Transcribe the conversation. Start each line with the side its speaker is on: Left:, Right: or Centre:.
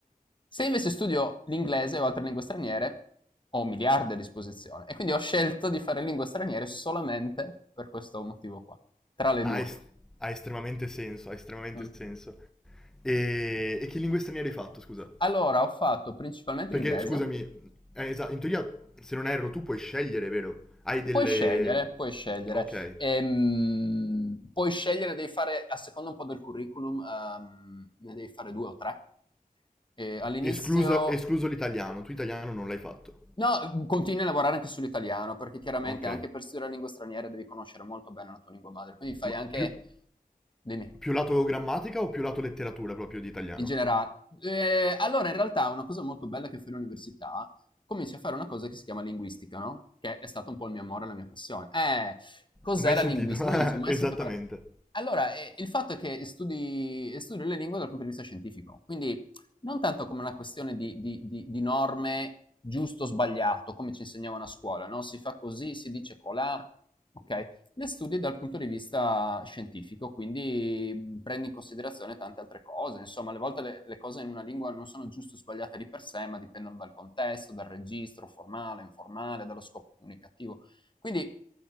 Left: Se invece studio l'inglese o altre lingue straniere, ho miliardi a disposizione e quindi ho scelto di fare lingue straniere solamente per questo motivo qua, tra le
Centre: Ha,
Left: due.
Centre: es- ha estremamente senso, ha estremamente
Left: Mm.
Centre: senso. E, e che lingue straniere hai fatto, scusa?
Left: Allora, ho fatto principalmente
Centre: Perché,
Left: inglese,
Centre: scusami, eh, esa- in teoria, se non erro, tu puoi scegliere, vero? Hai delle...
Left: puoi scegliere, puoi scegliere,
Centre: Ok.
Left: Ehm, puoi scegliere, devi fare, a seconda un po' del curriculum, ehm, ne devi fare due o tre. E all'inizio
Centre: Esclusa- escluso l'italiano, tu italiano non l'hai fatto.
Left: No, mhmm, continui a lavorare anche sull'italiano, perché chiaramente
Centre: Ok.
Left: anche per studiare la lingua straniera devi conoscere molto bene la tua lingua madre, quindi fai
Centre: Ma
Left: anche
Centre: più...
Left: dimmi
Centre: Più lato grammatica o più lato letteratura proprio di italiano?
Left: in generale. Eh, allora, in realtà, una cosa molto bella che fai all'università, cominci a fare una cosa che si chiama linguistica, no? Che è stato un po' il mio amore, la mia passione. Eh, cos'è
Centre: Mai
Left: la
Centre: sentito,
Left: linguistica? Uno dice,
Centre: <laughs>
Left: mai
Centre: esattamente.
Left: sentito parlare... Allora, eh, il fatto è che studi, studio le lingue dal punto di vista scientifico, quindi non tanto come una questione di, di- di- di norme giusto o sbagliato, come ci insegnavano a scuola, no? Si fa così, si dice colà, ok? le studi dal punto di vista scientifico, quindi prendi in considerazione tante altre cose. Insomma, alle volte le, le cose in una lingua non sono giusto o sbagliate di per sé, ma dipendono dal contesto, dal registro formale, informale, dallo scopo comunicativo. Quindi